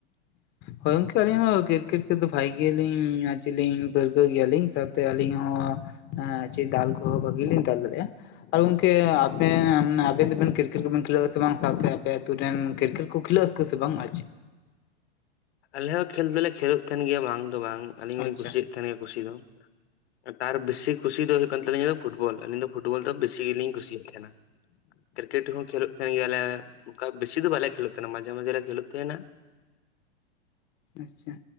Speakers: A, on the left; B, on the left.
A: ᱦᱳᱭ ᱜᱚᱝᱠᱮ ᱟᱹᱞᱤᱧ ᱦᱚᱸ ᱠᱨᱤᱠᱮᱴ ᱠᱷᱮᱞ ᱫᱚ ᱵᱷᱟᱭ ᱜᱮᱞᱤᱧ ᱟ ᱪᱮᱜ ᱞᱤᱧ ᱯᱟᱹᱨᱠᱟᱹᱣ ᱜᱮᱭᱟᱞᱤᱧ ᱥᱟᱶᱛᱮ ᱟᱹᱞᱤᱧ ᱦᱚᱸ ᱾ ᱦᱮᱸ ᱪᱮᱫ ᱫᱟᱞ ᱠᱚᱦᱚᱸ ᱵᱷᱟᱜᱮ ᱞᱤᱧ ᱫᱟᱞ ᱫᱟᱲᱮᱭᱟᱜᱼᱟ᱾ ᱟᱨ ᱜᱚᱝᱠᱮ ᱟᱯᱮᱱ ᱟᱵᱮᱱ ᱫᱚᱵᱮᱱ ᱠᱤᱨᱠᱮᱴ ᱠᱚᱵᱮᱱ ᱠᱷᱮᱞᱳᱜ ᱟᱥᱮ ᱵᱟᱝ ᱥᱟᱶᱛᱮ ᱟᱯᱮ ᱟᱛᱩ ᱨᱮᱱ ᱠᱨᱤᱠᱮᱴ ᱠᱚ ᱠᱷᱮᱞᱳᱜᱼᱟ ᱠᱩ ᱥᱮ ᱵᱟᱝ ᱟᱨ ᱪᱮᱫ?
B: ᱟᱞᱮ ᱦᱚᱸ ᱠᱷᱮᱞ ᱫᱚᱞᱮ ᱠᱷᱮᱞᱳᱜ ᱛᱟᱦᱮᱱ ᱜᱮᱭᱟ ᱵᱟᱝ ᱫᱚ ᱵᱟᱝ ᱟᱹᱞᱤᱧ ᱦᱚᱸᱞᱤᱧ
A: ᱟᱪᱪᱷᱟ
B: ᱠᱩᱥᱤᱭᱟᱜ ᱛᱟᱦᱮᱱ ᱜᱮᱭᱟ ᱠᱩᱥᱤ ᱫᱚ᱾ ᱛᱟᱨ ᱵᱮᱥᱤ ᱠᱩᱥᱤ ᱫᱚ ᱦᱩᱭᱩᱜ ᱠᱟᱱ ᱛᱟᱹᱞᱤᱧᱟ ᱫᱚ ᱯᱷᱩᱴᱵᱚᱞ᱾ ᱟᱞᱤᱧ ᱫᱚ ᱯᱷᱩᱴᱵᱚᱞ ᱫᱚ ᱵᱤᱥᱤ ᱜᱮᱞᱤᱧ ᱠᱩᱥᱤᱭᱟᱜ ᱛᱟᱦᱮᱱᱟ᱾ ᱠᱨᱤᱠᱮᱴ ᱦᱚᱸ ᱠᱷᱮᱹᱞᱳᱜ ᱛᱟᱦᱮᱱ ᱜᱮᱭᱟᱞᱮᱺ ᱚᱱᱠᱟ ᱵᱮᱥᱤ ᱫᱚ ᱵᱟᱞᱮ ᱠᱷᱮᱞᱳᱜ ᱛᱟᱦᱮᱱᱟ ᱢᱟᱡᱮ ᱢᱟᱡᱷᱮ ᱞᱮ ᱠᱷᱮᱞᱞᱳᱜ ᱛᱟᱦᱮᱱᱟ᱾
A: ᱟᱪᱪᱷᱟ